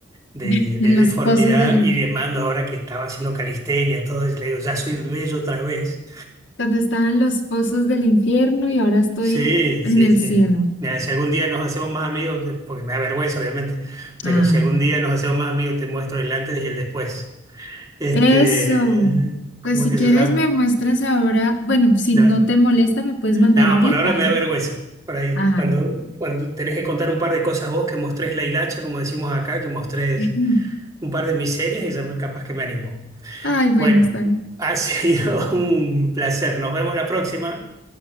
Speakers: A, on the right; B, on the left.
A: de,
B: <laughs> en
A: de deformidad,
B: los pozos del, in-
A: y les mando ahora que estaba haciendo calistenia, todo, y le digo, ya soy bello otra vez.
B: cuando estaba en los pozos del infierno y ahora estoy
A: Sí,
B: en
A: sí,
B: el
A: sí.
B: cielo.
A: Mira, si algún día nos hacemos más amigos, eh, porque me da vergüenza, obviamente, pero
B: Ay,
A: si algún día nos hacemos más amigos, te muestro el antes y el después. Este,
B: eso.
A: ¿cómo
B: Pues si
A: es que
B: quieres
A: se llama?
B: me muestras ahora, bueno, si
A: No,
B: no te molesta me puedes mandar
A: no,
B: ahorita,
A: por ahora me
B: ¿no?
A: da vergüenza. Por ahí,
B: Ay,
A: cuando, cuando tenés que contar un par de cosas vos, que mostrés la hilacha, como decimos acá, que mostrés
B: <laughs>
A: un par de miserias y ya me- capaz que me animo.
B: ay, bueno,
A: Bueno,
B: está bien.
A: ha <laughs> sido un placer. Nos vemos la próxima.